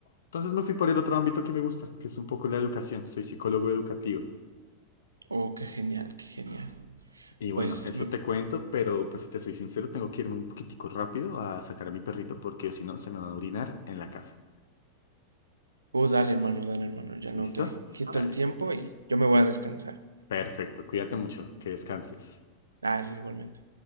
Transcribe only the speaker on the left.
Entonces me fui por el otro ámbito que me gusta, que es un poco la educación. Soy psicólogo educativo.
Y bueno,
eso
te cuento, pero pues si te soy sincero, tengo que irme un poquitico rápido a sacar a mi perrito porque o si no se me van a orinar en la casa.
¿Listo?
Dale.
Perfecto, cuídate mucho, que descanses.